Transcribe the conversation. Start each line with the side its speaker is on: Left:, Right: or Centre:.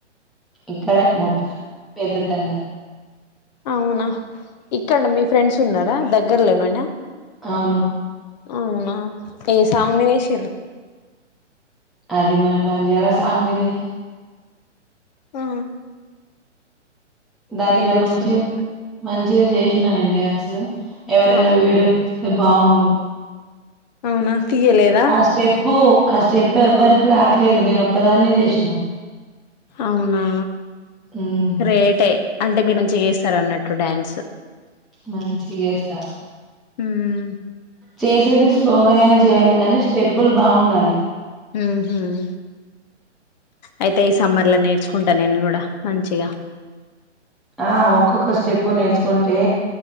Centre: ఇక్కడ ముూప్పారం పెద్ద తండ
Left: అవునా ఇక్కడ మీ ఫ్రెండ్స్ ఉన్నారా దగ్గర్లోనేనా
Centre: అవును
Left: అవునా ఏ సాంగ్మిదేశిండ్రు
Centre: అది మన బంజారా సాంగ్ మీదనే
Left: ఆ ఆ
Centre: దాని మీద
Left: చేస్తున్నారు
Centre: మంచిగా
Left: మరి
Centre: మంచిగా చేశి నిన్న నేన్ డ్యాన్సు ఎవరైనా
Left: అవును
Centre: వీడియో తీస్తే బాగుండు
Left: అవునా తీయలేదా
Centre: ఆ స్టెప్పు, ఆ స్టెప్ ఎవ్వరికి రాట్లేదు నేను ఒక్కదాన్నే జేష్ణా
Left: అవునా
Centre: హ్మ్.
Left: గ్రేటే అంటే మీరు మంచి చేస్తారన్నట్టు టు డాన్స్
Centre: మంచిగేస్తా
Left: ఉమ్
Centre: చేసేది స్లోగా అయినా చేయాలి గానీ స్టెప్పులు బాగుండాలి
Left: ఊహ్మ్ అయితే ఈ సమ్మర్ ల నేర్చుకుంటా నేను కూడా మంచిగా
Centre: ఆ ఒక్కొక్క స్టెప్పు నేర్చుకుంటే